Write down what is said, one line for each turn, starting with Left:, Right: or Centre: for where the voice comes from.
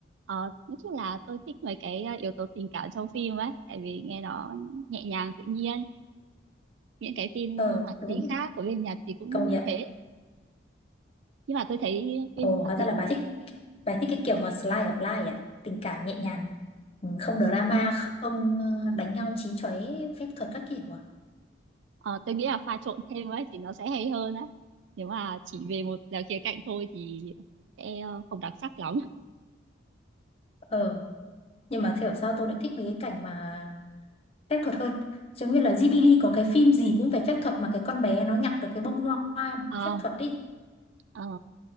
Right: Ờ, nói chung là tôi thích mấy cái ờ, yếu tố tình cảm trong phim ấy tại vì nghe nó nhẹ nhàng tự nhiên. Những cái phim
Left: ờ
Right: ờ, hoạt
Left: đúng
Right: hình khác của bên Nhật thì cũng
Left: công nhận
Right: thế. Nhưng mà tôi thấy
Left: ồ
Right: phim
Left: hóa
Right: hoạt
Left: ra
Right: hình
Left: là bà thích bà thích cái kiểu mà slice of life à tình cảm nhẹ nhàng ừ, không drama không ờ, đánh nhau chí chóe phép thuật các kiểu à
Right: Ờ, tôi nghĩ là pha trộn thêm ấy thì nó sẽ hay hơn á. Nếu mà chỉ về một à, khía cạnh thôi thì sẽ ờ, không đặc sắc lắm.
Left: ờ nhưng mà thế ở sao tôi lại thích mấy cái cảnh mà phép thuật hơn giống như là Ghibli có cái phim gì cũng về phép thuật mà cái con bé nó nhặt được cái bông hoa, hoa
Right: Ờ,
Left: phép thuật đi
Right: ờ,